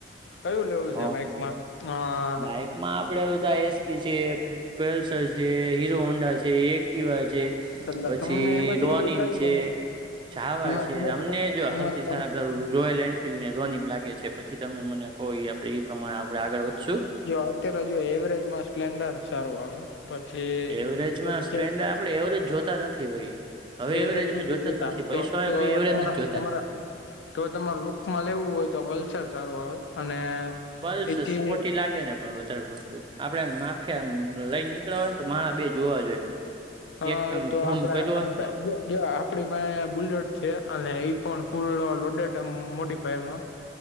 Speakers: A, on the left (about 80°); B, on the right (about 25°).
A: કયું લેવું છે
B: હા
A: બાઈકમાં આ
B: બાઈકમાં આપડે બધા એ પ છે પલ્સર છે હીરો હોન્ડા છે એક્ટિવા છે.
A: તમને
B: પછી
A: એમાંથી
B: રોનીમ
A: કયું
B: છે.
A: ગમે
B: ચાવા
A: એમાં
B: છે
A: એમાં
B: અમને જો હાઉથી
A: એમાં પણ
B: સારા રોયલ એ ને રોની લાગે છે પછી તમે મને કોઈ આપે એ પ્રમાણે આડ આગળ વધશું.
A: જો અત્યારે જો એવરેજમાં સ્પ્લેન્ડર સારું આવે. પછી.
B: એવરેજમાં સ્પ્લેન્ડર આપડે એવરેજ જોતા નથી ભાઈ હવે
A: એવરેજ
B: અમે
A: નથી જોતા
B: જ
A: તો
B: પૈસો આવે
A: તો
B: પછી એવરેજ
A: તમારા
B: નથી જોતા
A: તમારા જો તમારે લુકમાં લેવું હોય તો વલ્સાર સારું આવે અને
B: પલ્સ
A: એથી
B: સ્પોટી લાગે ને પણ વધારે પડતું આપડે માફિયા લઈ નીકળવા હોય ને તો માણા બે જોવા જોઈએ.
A: હા
B: એક આમ
A: તો
B: ભમ
A: આપણા
B: કર્યો હોય ને તો
A: આપ બલેટ છે અને એ પણ ફૂલડે મોડીફાયમાં